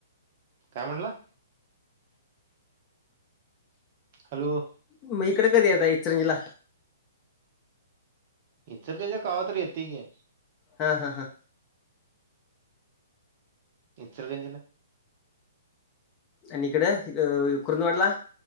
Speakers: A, on the right; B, on the left.
A: काय म्हणला? हॅलो.
B: मग इकडे कधी येताय इचलकरंजीला
A: इचलकरंजीला कवा तर येतय की
B: हा हा हा.
A: इचलकरंजीला
B: आणि इकडं कुरूदंवाडला,